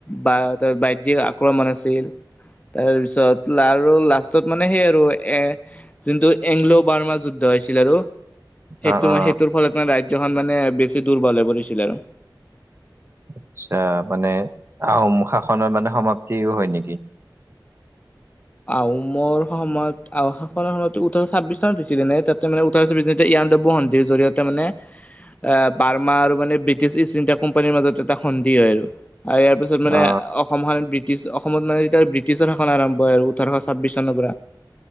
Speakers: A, on the left; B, on the right.
A: বা বাহ্যিক আক্ৰমণ আছিল তাৰপিছত আৰু লাষ্টত মানে সেই আৰু এ যোনটো এংগলো বাৰ্মা যুদ্ধ হৈছিল আৰু সেইটো
B: অ অ
A: সেইটোৰ ফলত মানে ৰা য মানে বেছি দূৰ ব পৰিছিল আৰু
B: আচ্ছা মানে আহোম শাসনৰ মানে সমাপ্তিও হয় নেকি?
A: আহমৰ সময়ত আনৰ সময়ত ওঠৰশ ছাব্বিশ চনত দিছিলে নে তাতে মানে ওঠৰশ ছাব্বিছ। ভিৰ জৰিয়তে মানে। আহ বাৰ্মা আৰু মানে ব্ৰিটিছ ইষ্ট ইণ্ডিয়া কোম্পানীৰ মাজত এটা সন্ধি হয় আৰু আৰু ইয়াৰ পিছত মানে
B: অ
A: অসমখন ব্ৰিটিছ অসমত মানে এতিয়া ব্ৰিটিছৰ শাসন আৰম্ভ হয় আৰু ওঠৰশ ছাব্বিছ চনৰ পৰা